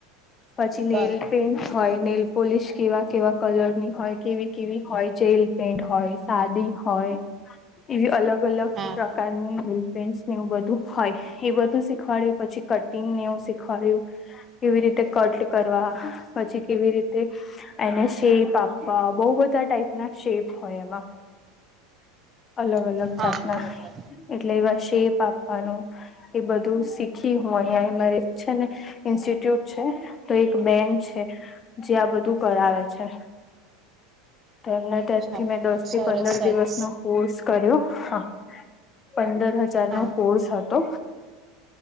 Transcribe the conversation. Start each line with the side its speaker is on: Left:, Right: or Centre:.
Left: પછી
Right: બરોબર
Left: નેલ પેન્ટ હોય નેલ પોલિશ કેવા કેવા કલર ની હોય કેવી કેવી હોય જેલ પેંટ હોય સાદી હોય એવી અલગ અલગ
Right: હા
Left: પ્રકાર કારની લી પેસ ને એવું બધું હોય એ બધું શીખવાડય્યું પછી કટિંગને એવું શીખવાડ્યું કેવી રીતે કટ કરવા પછી કેવી રીતે એને શેપ આપવા બઉુ બધા ટાાઈપ ના શેપ હોય એમાં અલગ અલગ
Right: હા
Left: જાતના
Right: બરોબર
Left: એટલે એવા શેપ આપવાનું એ બધું શીખી હું અહિયાં મારે છે ને ઇન્સ્ટિટ્યુટ છે તો એક બેન્ડ છે જે આ બધું કરાવે છે એમના ત્યાંથી
Right: અચ્છા બરોબર
Left: મેં દોસ
Right: સરસ
Left: થી પંદર
Right: સરસ
Left: દિવસ ન કોર્સ કર્યો હા પંદર હજારનોો
Right: હા
Left: કોર્સ હતો